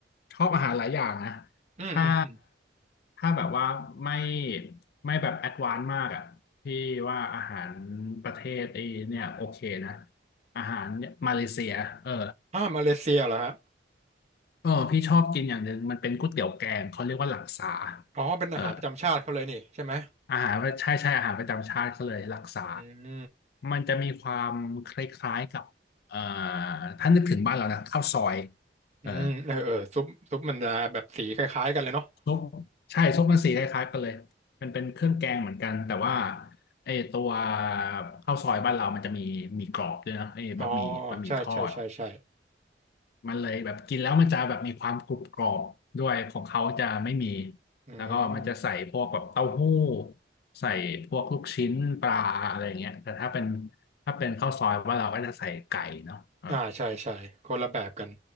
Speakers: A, on the left; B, on the right.
A: ชอบอาหารหลายอย่างนะ
B: อืมอืมอืม
A: ถ้าถ้าแบบว่าไม่ไม่แบบแอดวานซ์มากอ่ะพี่ว่าอาหารประเทศไอ้เนี่ยโอเคนะอาหารเนี่ยมาเลเซียเออ
B: อ่ามาเลเซียเหรอฮะ
A: เออพี่ชอบกินอย่างหนึ่งมันเป็นก๋วยเตี๋ยวแกงเขาเรียกว่าหลักษา
B: อ๋อเป็นอาหารประจำชาติเขาเลยนี่ใช่ไหม
A: เออ อาหารใช่ใช่อาหารประจำชาติเขาเลยรักษา
B: อืม
A: มันจะมีความคล้ายๆกับเอ่อถ้านึกถึงบ้านเรานะข้าวซอยเออ
B: อืมเออเออซุปซุปมันจะแบบสีคล้ายๆกันเลยเนาะ
A: ซุปใช่ซุปมันสีคล้ายๆกันเลยมันเป็นเครื่องแกงเหมือนกันแต่ว่าไอ้ตัวข้าวซอยบ้านเรามันจะมีมีกรอบด้วยนะไอ้บะหมี่บะหมี่ทอด
B: อ๋อใช่ใช่ใช่ใช่
A: มันเลยแบบกินแล้วมันจะแบบมีความกรุบกรอบด้วยของเขาจะไม่มี
B: อืม
A: แล้วก็มันจะใส่พวกแบบเต้าหู้ใส่พวกลูกชิ้นปลาอะไรอย่างเงี้ยแต่ถ้าเป็นถ้าเป็นข้าวซอยว่านเราก็จะใส่ไก่เนาะอ่า
B: อ่าใช่ใช่คนละแบบกัน